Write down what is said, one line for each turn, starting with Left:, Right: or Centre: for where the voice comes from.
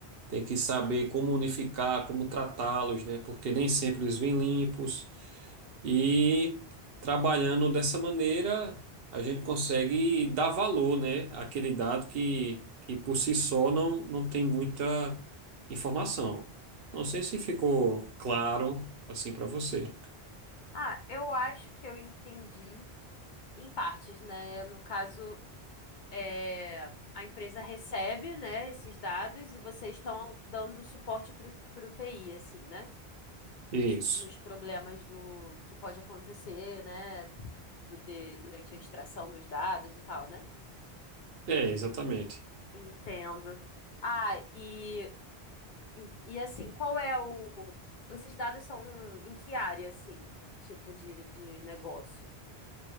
Right: tem que saber como unificar, como tratá-los, né? Porque nem sempre eles vêm limpos. E trabalhando dessa maneira, a gente consegue dar valor, né, àquele dado que, que por si só não, não tem muita informação. Não sei se
Left: uhum.
Right: ficou claro assim para você.
Left: Ah, eu acho que eu entendi. Em partes, né? No caso, é, a empresa recebe, né, esses dados e vocês estão dando suporte para o TI, assim, né?
Right: Isso.
Left: Nos, nos problemas do que pode acontecer, né? du- de- durante a extração dos dados e tal, né?
Right: É, exatamente.
Left: Entendo. Ah, e, e assim, qual é o. Esses dados são em que área, assim? Tipo de, de negócio?